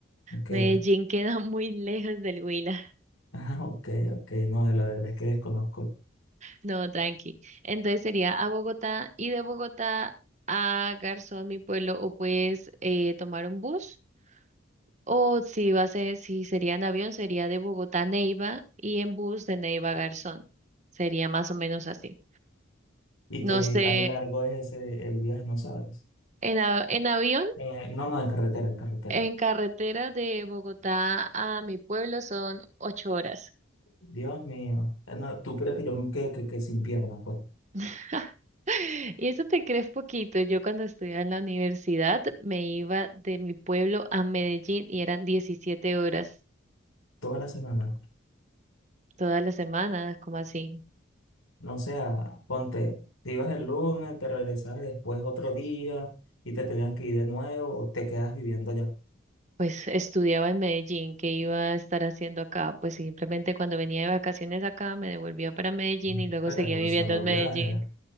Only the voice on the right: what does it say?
Medellín
queda <laughs> muy lejos del Huila.
No, tranqui. Entonces sería a Bogotá y de Bogotá a Garzón, mi pueblo, o puedes eh, tomar un bus. O si va a ser, si sería en avión, sería de Bogotá a Neiva y en bus de Neiva a Garzón. Sería más o menos así.
No
sé,
en, a- en avión,
en carretera de Bogotá a mi pueblo son ocho horas.
<laughs> Y eso te crees poquito. Yo cuando estudiaba en la universidad me iba de mi pueblo a Medellín y eran 17 horas
todas las semanas, como así.
Pues estudiaba en Medellín, ¿qué iba a estar haciendo acá? Pues simplemente cuando venía de vacaciones acá me devolvía para Medellín
y luego
seguía
viviendo
en
Medellín.